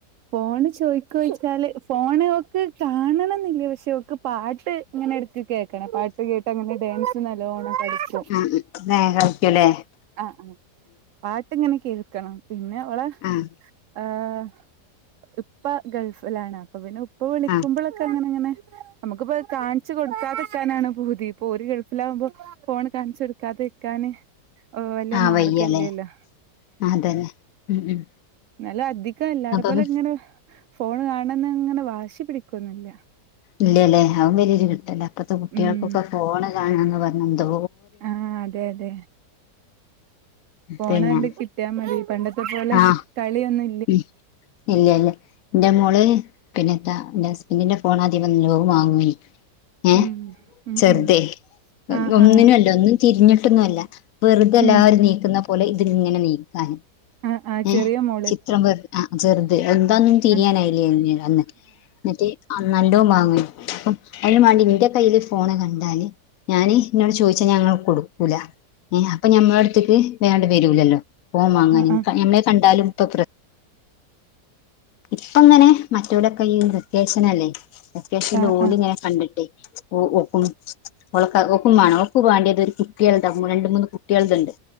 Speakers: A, on the right; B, on the left.
A: ഫോണ് ചോദിക്ക്യോച്ചാല് ഫോണ് ഒക്ക് കാണണംന്നില്ലേ പക്ഷെക്ക് പാട്ട് ഇങ്ങനെ എടുക്ക കേക്കണ പാട്ട് കേട്ട് അങ്ങനെ ഡാൻസ് നല്ലവണം പഠിച്ചു.
B: ആ കളിക്കൂല്ലേ
A: ആഹ് ആ പാട്ടിങ്ങനെ കേൾക്കണം പിന്നെ അവളെ
B: ആഹ്.
A: ആഹ് ഉപ്പ ഗൾഫിലാണ് അപ്പൊ പിന്നെ ഉ ഇപ്പൊ വിളിക്കുമ്പോഴൊക്കെ
B: ആ
A: അങ്ങനെങ്ങനെ നമുക്കിപ്പ കാണിച്ചച്ച് കൊടു എടുക്കാതെക്കാനാണ് പൂതി ഇപ്പൊ ഓര് ഗിൾഫിലാകുമ്പോ ഫോൺ കാൺച്ചൊടുക്കാതെ ഇരിക്കാന് ഇപ്പൊ വല്ല്യ
B: ആ ആ
A: മാർഗല്ലല്ലോ
B: വയ്യല്ലേ അതന്നെ ഉം ഉം
A: എന്നാലോ അധികം എല്ലാരെ
B: അപ്പം
A: പോലെ ഇങ്ങനെ ഫോണ് കാണണംന്ന്‌ ഇങ്ങനെ വാശി പിടിക്കോന്നില്ല.
B: ഇല്ലല്ലേ അതും വലിയൊരു കിട്ടല്ല ഇപ്പത്തെ കുട്ട്യാൾക്കൊക്കെ
A: ഉം
B: ഫോൺ കാണാന്ന് പറഞ്ഞ എന്തോ
A: ആഹ് അതെ അതെ പോണണ്ട്
B: പിന്നെ
A: കിട്ടിയാ മതി പണ്ടത്തെ പോലെ
B: ആഹ്
A: കളിയൊന്നു
B: ഉം ഇല്ല ഇല്ല എന്റെ മോള് പിന്നെ താ എന്റെ ഹസ്ബന്റിന്റെ ഫോൺ ആദ്യം വന്ന് ലോ വാങ്ങ്യേ ഏഹ്
A: ഉം ഉം
B: ചെർതെ
A: ഉം ആഹ്
B: ഒന്നിനും
A: ആഹ്
B: അല്ല ഒന്നും തിരിഞ്ഞിട്ടൊന്നും അല്ല വെറുതെ എല്ലാവരും
A: ഉം
B: നീക്കുന്ന പോലെ ഇതിങ്ങനെ നീക്കാന്
A: ആഹ് ആഹ്
B: ഏഹ്
A: ചെറിയ മോ
B: ചിത്രം വെ ആഹ് ചെറുത് എന്താന്നും തിരിയാനായില്ലേന്നു
A: ആഹ്
B: അന്ന് എന്നിറ്റ് ആഹ് നല്ലോ വാങ്ങു അപ്പം അതിന് വാണ്ടി എന്റെ കയ്യിയില് ഫോണ്‌ കണ്ടാല് ഞാന് ഇന്നോട് ചോദിച്ചാ ഞാൻങ്ങട് കൊടുക്കൂല ഏ അപ്പൊ ഞമ്മളടുത്തക്ക് വേഅണ്ട് വരൂലല്ലോ ഫോം വാങ്ങാന്.
A: ആഹ് ആഹ് ആഹ്
B: ഞമ്മളെ കണ്ടാലും ഇപ്പൊ പ്ര ഇപ്പങ്ങനെ മറ്റോലൊക്കെ ഈ വെക്കേഷനല്ലേ വെക്കേഷൻല്
A: ആഹ്
B: ഓലിങ്ങനെ കണ്ടിട്ടേ ഓ ഓക്കും ഓൾക്ക ഓക്കും വാണം. ഓക്ക് വാണ്ടിയത് ഒരു കുട്ടിയാൾടെ രണ്ട് മൂന്ന് കുട്ടിയാളത് ഇണ്ട്